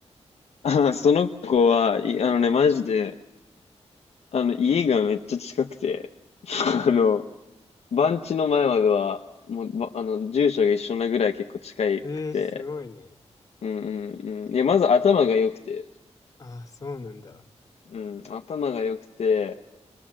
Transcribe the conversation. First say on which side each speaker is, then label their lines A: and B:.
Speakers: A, on the left; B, on the left.
A: あー、その子は、いあのね、マジで、あの、家がめっちゃ近くて、<laughs> あの、番地の前までは、もう、ばあの、住所が一緒なぐらい結構近くて、
B: ええすごいね。
A: うんうんうん。いや、まず頭が良くて、
B: ああ、そうなんだ。
A: うん、頭が良くて、